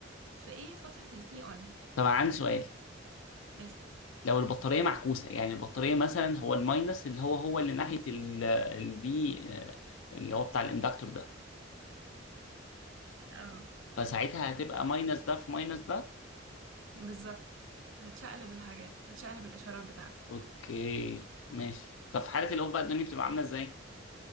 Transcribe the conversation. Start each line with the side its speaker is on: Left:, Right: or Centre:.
Right: في ايه فترة التي اون
Left: طب عندي سؤال
Right: اسأل
Left: لو البطاريه معكوسه يعني البطاريه مثلا هو الماينس اللي هو هو اللي ناحيه الفي اللي هو بتاع الاندكتور ده
Right: اه
Left: فساعتها هتبقى ماينس ده في ماينس ده
Right: بالظبط هتشقلب الحاجات هتشقلب الاشارات بتاعتك
Left: اوكي ماشي طب في حالة الأوف بقى الدنيا بتبقى عاملة ازاي؟